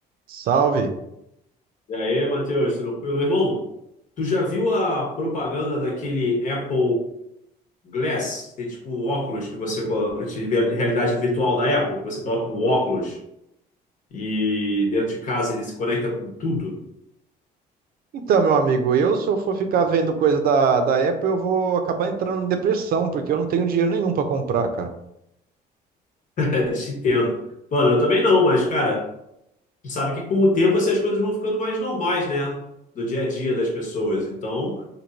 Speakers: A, on the right; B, on the left.
A: Salve.
B: E aí, Matheus, tranquilo? Meu Irmão, tu já viu a propaganda daquele Apple Glass? Tem tipo um óculos que você coloca, de realidade virtual da Apple, que você coloca um óculos e dentro de casa ele se conecta com tudo?
A: Então, meu amigo, eu se eu for ficar vendo coisa da, da Apple, eu vou acabar entrando em depressão, porque eu não tenho dinheiro nenhum para comprar, cara.
B: É, se entendo. Mano, eu também não, mas cara, tu sabe que com o tempo essas coisas vão ficando mais normais, né? No dia a dia das pessoas. Então,